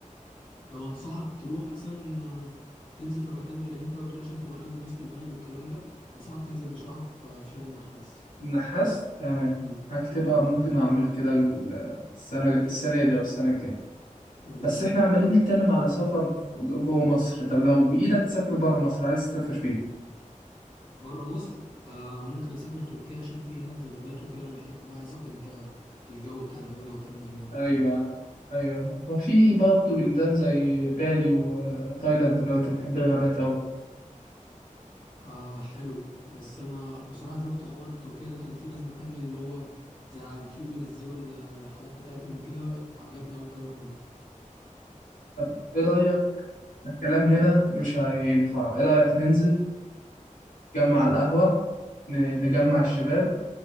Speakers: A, on the left (about 35°); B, on the left (about 80°).
A: لو انصحك تروح مثلا آه، تنزل في مكان غير اللي انت بتقول عشان تبقى قريب من وسط البلد والكلام ده انصحك تنزل بصراحه في في شارع النحاس
B: النحاس تمام
A: مم.
B: هكتبها ممكن اعمل كده السنة السنة دي او السنة الجاية
A: تمام
B: بس احنا عمالين نتكلم على سفر جوه مصر طب لو بإيدك تسافر بره مصر عايز تسافر فين؟
A: بره مصر آه ممكن اسافر تركيا عشان في هناك غابات وكده وانا بحب بقى عايز اخد آه، الجو بتاع الغابه ده وكامب هناك
B: ايوه
A: والكلام ده
B: ايوه لا. وفي برضه بلدان زي بالي وتايلاند لو انت بتحب الغابات اوي
A: آه حلو بس انا بصراحه شفت حوار تركيا ده كان في ناس بتعمل اللي هو زي على اليوتيوب ينزلوا الرحلات بتاعتهم وكده عجبني قوي الجو هناك
B: طب ايه رأيك الكلام هنا مش هينفع ايه رأيك ننزل نتجمع على القهوة ن- نجمع الشباب